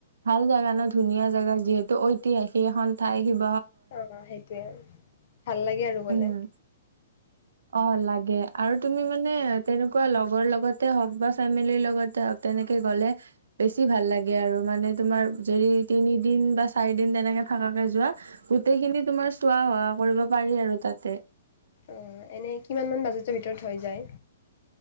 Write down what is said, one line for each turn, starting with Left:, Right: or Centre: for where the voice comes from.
Right: ভাল জোগা ন ধুনীয়া জেগা যিহেতু ঐতিহাসিক এখন। ঠাই দেখিব।
Left: অ সেইটোৱে ভাল লাগে আৰু গলে।
Right: উম অ লাগে আৰু তুমি মানে তেনেকুৱা লগৰ লগতে হওক বা ফেমিলিৰ লগতে হওক। তেনেকে গলে বেছি ভাল লাগে আৰু মানে তোমাৰ যদি তিনি দিন বা চাৰি দিন তেনেকে। থাকাকে যোৱা গোটেই খিনি তোমাৰ চোৱা সোৱা কৰিব পাৰি আৰু তাতে।
Left: অ এনে কিমান মান বাজেটৰ ভিতৰত হৈ যায়।।